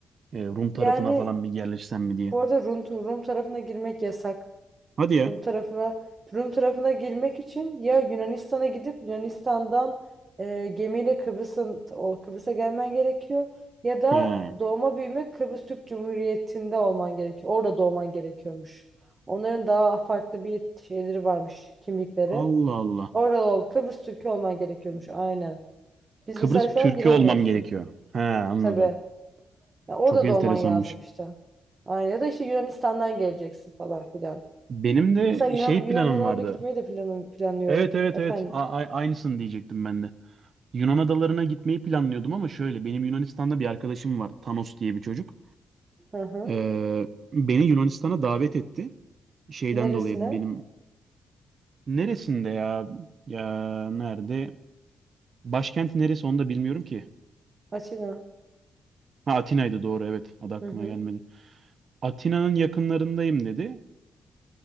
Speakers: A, on the right; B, on the right.
A: e, Rum tarafına
B: Yani
A: falan bir yerleşsem mi diye.
B: bu arada Rum, Rum tarafına girmek yasak.
A: Hadi ya.
B: Rum tarafına Rum tarafına girmek için ya Yunanistan'a gidip Yunanistan'dan e, gemiyle Kıbrıs'ın o Kıbrıs'a gelmen gerekiyor ya da
A: He.
B: doğma büyüme Kıbrıs Türk Cumhuriyeti'nde olman gerekiyor. Orada doğman gerekiyormuş. Onların daha farklı bir şeyleri varmış, kimlikleri.
A: Allah Allah.
B: Orada ol, Kıbrıs Türk'ü olman gerekiyormuş aynen. Biz
A: Kıbrıs
B: mesela şu
A: Türk'ü
B: an giremiyorsun.
A: olmam gerekiyor. He anladım.
B: Tabii. Ya orada
A: Çok enteresanmış.
B: da olman lazım işte. Aynen ya da işte Yunanistan'dan geleceksin falan filan.
A: Benim de
B: Mesela Yunan,
A: şey
B: Yunan
A: planım
B: adalarına
A: vardı.
B: gitmeyi de planım, planlıyorum.
A: Evet evet
B: Efendim.
A: evet. A- a- aynısını diyecektim ben de. Yunan adalarına gitmeyi planlıyordum ama şöyle benim Yunanistan'da bir arkadaşım var. Thanos diye bir çocuk.
B: Hı hı.
A: Ee, beni Yunanistan'a davet etti. Şeyden
B: Neresine?
A: dolayı benim neresinde ya? Ya nerede? Başkenti neresi onu da bilmiyorum ki.
B: Atina.
A: Ha Atina'ydı doğru evet. Adı aklıma
B: Hı hı.
A: gelmedi. Atina'nın yakınlarındayım dedi.